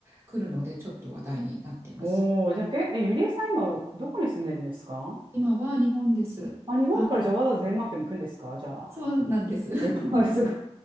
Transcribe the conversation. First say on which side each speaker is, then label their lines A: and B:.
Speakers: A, on the right; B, on the right.
A: 来るので、ちょっと話題になってます。
B: おー。じゃあ、え、えゆりえさん今、どこに住んでるんですか
A: 今は日本です。
B: あ、日本からじゃあわざわざデンマークに行くんですかじゃあ。
A: はい、そうなんです。
B: すごい、
A: <laughs>
B: すご